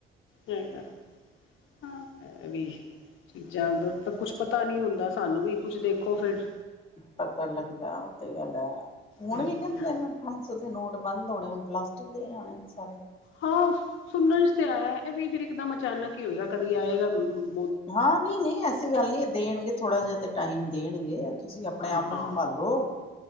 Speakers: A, on the left; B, on the left.
A: ਹੈਗਾ। ਹਾਂ, ਐਵੀ ਚੀਜ਼ਾਂ ਜਦ ਤਕ ਕੁਛ ਪਤਾ ਨੀ ਹੁੰਦਾ ਸਾਨੂੰ ਵੀ ਕੁਛ ਦੇਖੋ ਫੇਰ।
B: ਪਤਾ ਲੱਗਦੈ ਓਹ ਤੇ ਗੱਲ ਐ, ਹੁਣ
A: ਹੈਗੀਆਂ
B: ਵੀ ਕੈੰਦੇ ਨੇ। ਪੰਜ ਸੋ ਦੇ ਨੋਟ ਬੰਦ ਹੋਣੇ, ਹੁਣ ਪਲਾਸਟਿਕ ਦੇ ਈ ਆਣੇਣ ਸਾਰੇ।
A: ਹਾਂ, ਸੁਣਨ'ਚ ਤੇ ਆਯਾ ਏ, ਐ ਵੀ ਫਿਰ ਇੱਕਦਮ ਅਚਾਨਕ ਈ ਹੋਏਗਾ ਕਦੀ ਆਏਗਾ ਮ
B: ਹਾਂ, ਨਹੀਂ-ਨਹੀਂ ਐਸੀ ਗੱਲ ਨੀ ਐ, ਦੇਣਗੇ ਥੋੜਾ ਜਾ ਤੇ ਟਾਈਮ ਦੇਣਗੇ। ਤੁਸੀਂ ਅਪਣੇ-ਆਪ
A: ਹਾਂ
B: ਨੂੰ
A: ਹਾਂ
B: ਸੰਭਾਲੋ।